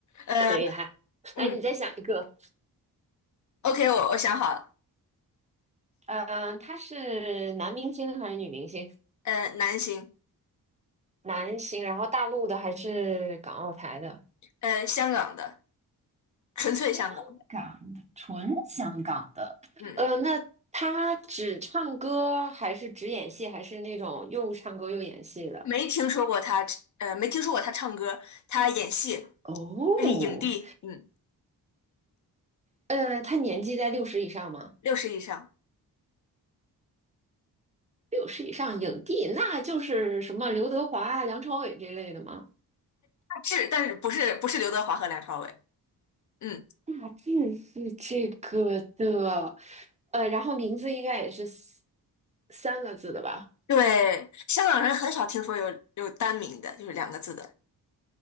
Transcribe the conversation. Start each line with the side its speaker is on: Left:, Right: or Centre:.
Left: 呃
Right: 可以哈。
Left: 嗯
Right: 来，你再想一个。
Left: ，OK，我我想好了，
Right: 呃，他是男明星还是女明星？
Left: 呃，男星，
Right: 男星，然后大陆的还是港澳台的？
Left: 呃，香港的，纯粹香港，
Right: 香港的，纯香港的，
Left: 嗯，
Right: 呃，那他只唱歌还是只演戏，还是那种又唱歌又演戏的？
Left: 没听说过他，呃，没听说过他唱歌，他演戏，
Right: 哦，
Left: 他是影帝，嗯，
Right: 呃，他年纪在六十以上吗？
Left: 六十以上。
Right: 六十以上影帝，那就是什么刘德华啊、梁朝伟这类的吗？
Left: 志，但是不是不是刘德华和梁朝伟？嗯，
Right: 大致是这个的，呃，然后名字应该也是三三个字的吧？
Left: 对，香港人很少听说有有单名的，就是两个字的。